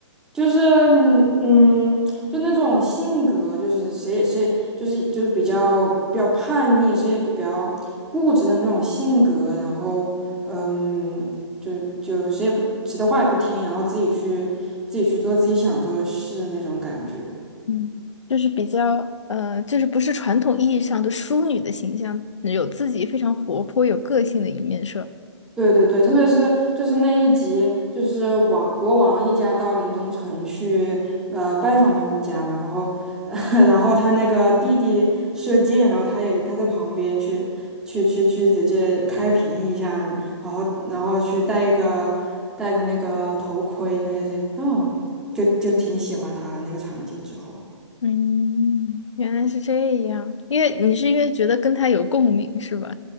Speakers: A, in the centre; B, on the left.
A: 就是嗯，嗯就那种性格，就是谁也谁就是就是比较比较叛逆，谁也就比较固执的那种性格，然后嗯，就就谁也不谁的话也不听，然后自己去自己去做自己想做的事那种感觉。
B: 嗯，就是比较，呃，就是不是传统意义上的淑女的形象，有自己非常活泼、有个性的一面，是吧？
A: 对对对，特别是就是那一集，就是王国王一家到临东城去呃拜访他们家嘛，然后 <laughs> 然后他那个弟弟射箭，然后他也他在旁边去去去去直接开屏一下，然后然后去戴一个戴个那个头盔那些，哦，就就挺喜欢他的那个场景之后。
B: 嗯，原来是这样，因为你是因为觉得跟他有共鸣，是吧？